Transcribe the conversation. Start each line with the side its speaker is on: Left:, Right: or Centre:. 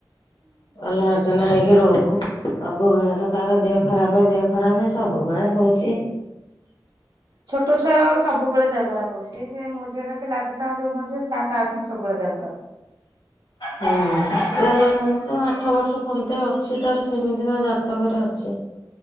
Left: ଅଲ ଆର୍ ଜନ ହଗ ରୁ <unintelligible> ସବୁବେଳେ ତ ତାର ଦେହ ଖରାପ ଦେହ ଖରାପ ସବୁବେଳେ ହଉଛି।
Right: ଛୋଟ ଛୁଆଙ୍କର ସବୁଳେ ଦେହ ଖରାପ ହଉଛି। ସେ ମଝି ଟା ସେ ଲାଡୁ ସାଙ୍ଗ ଯୋଝ ସାତ ଆସୁ ସବୁବେଳେ ଦେହ ଖରାପ।
Left: ହୁଁ। ଆଠ ବର୍ଷ ପର୍ନ୍ତ ଅଛି ତାର ସେମିତି ତ ଜାତକରେ ଅଛି।